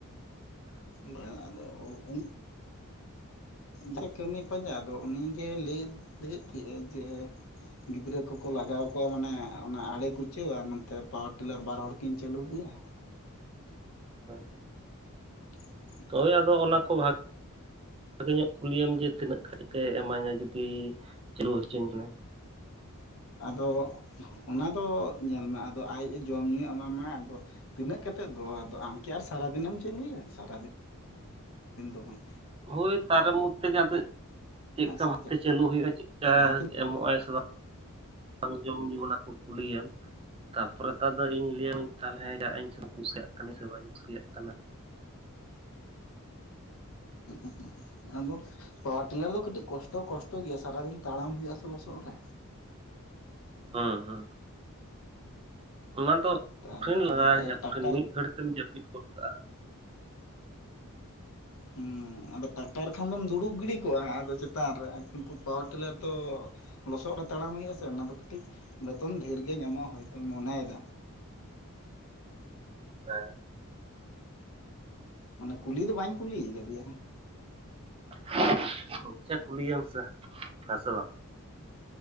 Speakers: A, on the left; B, on the right.
A: ᱵᱟᱜ ᱟᱫᱚ ᱩᱱ ᱡᱮ ᱠᱟᱹᱢᱤ ᱯᱟᱸᱡᱟ ᱟᱫᱚ ᱩᱱᱤᱜᱮ ᱞᱟᱹᱭᱮᱫ ᱞᱟᱹᱭᱮᱫ ᱛᱟᱦᱮᱸᱜᱼᱟᱭ ᱡᱮ ᱜᱤᱫᱽᱨᱟᱹ ᱠᱚᱠᱚ ᱞᱟᱜᱟᱣ ᱠᱚᱜᱼᱟ ᱢᱟᱱᱮ ᱚᱱᱟ ᱟᱲᱮ ᱠᱩᱪᱟᱹᱣ ᱟᱨ ᱱᱚᱛᱮ ᱯᱟᱣᱟᱨ ᱴᱤᱞᱟᱨ ᱵᱟᱨ ᱦᱚᱲ ᱠᱤᱱ ᱪᱟᱹᱞᱩ ᱠᱮᱭᱟ
B: ᱦᱮᱸ
A: <inaudible>
B: ᱦᱳᱭ ᱟᱫᱚ ᱚᱱᱟ ᱠᱚ ᱵᱷᱟᱜ ᱵᱷᱟᱜᱮ ᱧᱚᱜ ᱠᱩᱞᱤᱭᱮᱢ ᱡᱮ ᱛᱤᱱᱟᱹᱜ ᱜᱟᱱᱮ ᱤᱢᱟᱹᱧᱟ ᱡᱩᱫᱤ ᱪᱟᱹᱞᱩ ᱦᱚᱪᱚᱧ ᱠᱟᱱᱟᱭ
A: ᱟᱫᱚ ᱚᱱᱟᱫᱚ ᱧᱮᱞ ᱢᱮ ᱟᱫᱚ ᱟᱡᱼᱮ ᱡᱚᱢᱧᱩᱭ ᱮᱢᱟᱢᱟᱭ ᱟᱫᱚ ᱛᱤᱱᱟᱹᱜ ᱠᱟᱛᱮᱜ ᱫᱚ ᱟᱫᱚ ᱟᱢ ᱠᱤ ᱟᱨ ᱥᱟᱨᱟᱫᱤᱱᱮᱢ ᱪᱟᱹᱞᱩᱭᱟ ᱥᱟᱨᱟᱫᱤᱱ ᱫᱤᱱ ᱫᱚ ᱵᱟᱝ
B: ᱦᱳᱭ ᱛᱟᱨᱮ ᱢᱚᱫᱽᱫᱷᱮ ᱜᱮ ᱟᱫᱚ ᱪᱮᱫ
A: ᱦᱮᱸ
B: ᱞᱮᱠᱟ
A: ᱥᱮ
B: ᱵᱷᱟᱵᱛᱮ ᱪᱟᱹᱞᱩ ᱦᱩᱭᱩᱜ-ᱟ ᱪᱮᱫ ᱞᱮᱠᱟ?
A: ᱡᱟᱦᱟᱸ ᱛᱤᱱᱟᱹᱜ
B: ᱮᱢᱚᱜ ᱟᱭ ᱥᱮ ᱵᱟᱝ ᱡᱚᱢ ᱧᱩ ᱚᱱᱟ ᱠᱚ ᱠᱩᱞᱤᱭᱮᱢ ᱛᱟᱨᱯᱚᱨᱮ ᱱᱮᱛᱟᱨ ᱫᱚ ᱤᱧ ᱞᱟᱹᱭᱟᱢᱟᱹᱧ ᱛᱟᱦᱚᱞᱮ ᱡᱟᱜ ᱤᱧ ᱠᱩᱥᱤᱭᱟᱜ ᱠᱟᱹᱱᱟᱹᱧ ᱥᱮ ᱵᱟᱹᱧ ᱠᱩᱥᱤᱭᱟᱜ ᱠᱟᱱᱟ
A: <inaudible> ᱟᱫᱚ ᱯᱟᱣᱟᱨ ᱴᱤᱞᱟᱨ ᱫᱚ ᱠᱟᱹᱴᱤᱡ ᱠᱚᱥᱴᱚ ᱠᱚᱥᱴᱚ ᱜᱮᱭᱟ ᱥᱟᱨᱟᱫᱤᱱ ᱛᱟᱲᱟᱢ ᱦᱩᱭᱩᱜ ᱟ ᱥᱮ ᱞᱚᱥᱚᱫ ᱨᱮ
B: ᱦᱚᱸ ᱦᱚᱸ ᱚᱱᱟ ᱫᱚ
A: ᱛᱟᱦᱚᱞᱮ
B: ᱠᱩᱴᱷᱤᱱ
A: ᱟᱫᱚ
B: ᱞᱟᱜᱟᱣᱤᱡ ᱠᱩᱴᱷᱤᱱ
A: ᱴᱟᱠᱴᱟᱨ
B: ᱢᱤᱫ ᱜᱷᱟᱹᱲᱤ ᱛᱮᱢ ᱡᱟᱹᱯᱤᱫ ᱜᱚᱫ ᱠᱟᱜ-ᱟ᱾
A: ᱦᱩᱸ ᱟᱫᱚ ᱴᱟᱠᱴᱟᱨ ᱠᱷᱟᱱ ᱫᱚᱢ ᱫᱩᱲᱩᱵ ᱜᱤᱰᱤ ᱠᱚᱜᱼᱟ ᱟᱫᱚ ᱪᱮᱛᱟᱱ ᱨᱮ ᱠᱤᱱᱛᱩ ᱯᱟᱣᱟᱨ ᱴᱤᱞᱟᱨ ᱫᱚ ᱞᱚᱥᱚᱫ ᱨᱮ ᱛᱟᱲᱟᱢ ᱦᱩᱭᱩᱟ ᱥᱮ ᱚᱱᱟ ᱫᱚ ᱠᱟᱹᱴᱤᱡ ᱵᱮᱛᱚᱱ ᱰᱷᱤᱨ ᱜᱮ ᱧᱟᱢᱚᱜ-ᱟ ᱦᱚᱭᱛᱳ ᱢᱚᱱᱮᱭᱮᱫᱟ
B: ᱦᱮᱸ
A: ᱢᱟᱱᱮ ᱠᱩᱞᱤ ᱫᱚ ᱵᱟᱧ ᱠᱩᱞᱤ ᱠᱟᱫᱮᱭᱟ
B: <unintelligible> ᱠᱩᱞᱤᱭᱮᱢ ᱥᱮ ᱦᱮᱸ ᱥᱮ ᱵᱟᱝ?